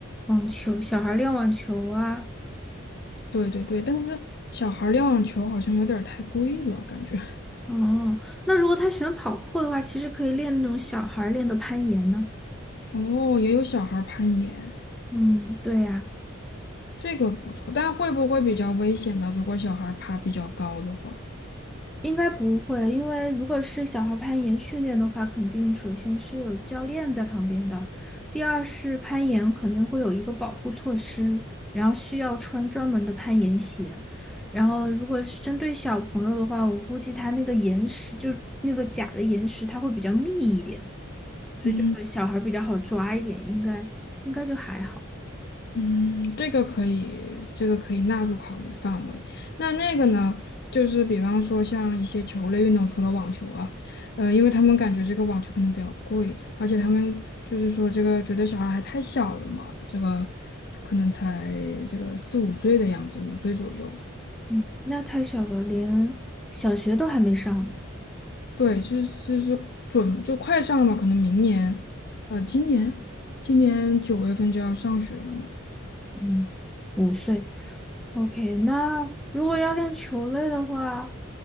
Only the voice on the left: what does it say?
对对对，但是小孩儿练网球好像有点儿太贵了，感觉。
哦，也有小孩儿攀岩，
这个不错，但会不会比较危险呢？如果小孩儿爬比较高的话，
嗯
嗯，这个可以，这个可以纳入考虑范围。那那个呢，就是比方说像一些球类运动，除了网球啊，呃，因为他们感觉这个网球可能比较贵，而且他们就是说这个觉得小孩还太小了嘛，这个可能才这个四五岁的样子，五岁左右。
对，就是就是准就快上了嘛，可能明年，呃，今年今年九月份就要上学了嘛。